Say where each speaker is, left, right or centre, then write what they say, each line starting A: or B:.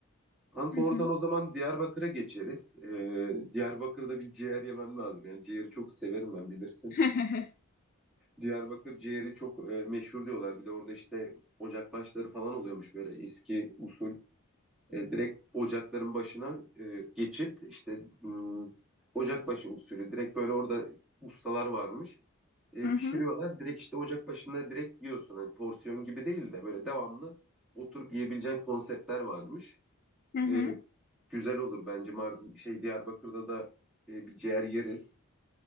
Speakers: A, in the centre; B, on the left.
A: Kanka
B: Hı
A: oradan
B: hı.
A: o zaman Diyarbakır'a geçeriz. Ee, Diyarbakır'da bir ciğer yemem lazım. Yani ciğeri çok severim ben bilirsin.
B: <laughs>
A: Diyarbakır ciğeri çok e, meşhur diyorlar. Bir de orada işte ocakbaşları falan oluyormuş böyle eski usul. E, direkt ocakların başına e, geçip işte hmm, ocakbaşı usulü. Direkt böyle orada ustalar varmış. e,
B: Hı hı.
A: pişiriyorlar. Direkt işte ocak başında direkt yiyorsun. Hani porsiyon gibi değil de böyle devamlı oturup yiyebileceğin konseptler varmış.
B: Hı hı.
A: E, güzel olur bence Mardin şey Diyarbakır'da da e, bir ciğer yeriz.